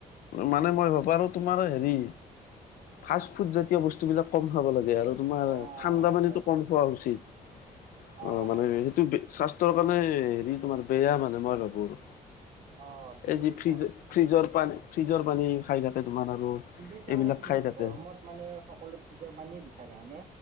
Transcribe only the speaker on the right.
অ',
হয়, হয়,
অ', অ',
অ, ঠিকেই
কৈছে
কিন্তু এতিয়া
মানে কি
হয়
গৰমত মানে সকলো ফ্ৰিজৰ পানীয়ে বিচাৰে হয়নে?